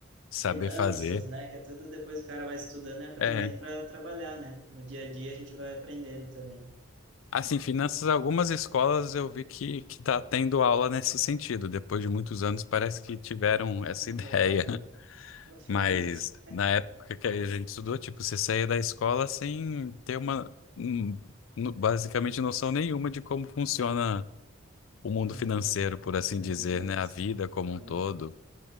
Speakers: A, on the left; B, on the right.
A: saber
B: finanças,
A: fazer.
B: né? Que é tudo depois o cara vai estudando e aprendendo
A: É.
B: para trabalhar, né? No dia a dia a gente vai aprendendo também.
A: Assim, finanças, algumas escolas eu vi que que tá tendo aula nesse sentido. Depois de muitos anos, parece que tiveram
B: Ah,
A: essa <laughs> ideia.
B: legal. Ah, finalmente.
A: Mas na época que a gente estudou, tipo, você saía da escola sem ter uma, hum, no- basicamente, noção nenhuma de como funciona o mundo
B: A
A: financeiro,
B: vida.
A: por assim
B: Exato.
A: dizer, né? A vida como
B: é.
A: um todo.